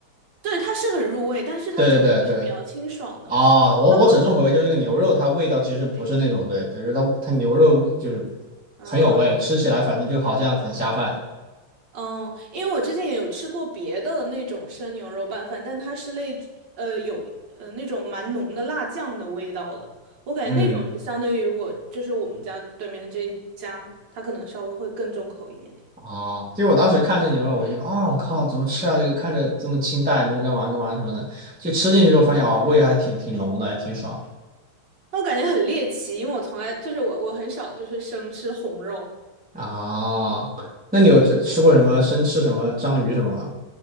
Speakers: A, on the right; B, in the centre.
A: 对，它是很入味，但是它整体是比较清爽的。
B: 对对对对。啊，我我指的重口味就是这个牛肉，
A: 它好像，
B: 它味道其实不是那种对，但是它它牛肉味就是
A: 嗯。
B: 很有味，吃起来反正就好像很下饭。
A: 嗯，因为我之前也有吃过别的那种生牛肉拌饭，但它是类呃有呃那种蛮浓的辣酱的味道的，我感觉那种就相当于我就是我们家对面这一家，
B: 嗯。
A: 它可能稍微会更重口一点点。
B: 哦，就我当时看这牛肉，我就觉得啊，我靠，怎么吃啊？这个看着这么清淡，你能干嘛干嘛什么的，就吃进去之后发现啊，味还挺挺浓的，还挺爽
A: 那我感觉很猎奇，因为我从来就是我我很少就是生吃红肉，
B: 啊。那你有吃吃过什么生吃什么章鱼什么吗？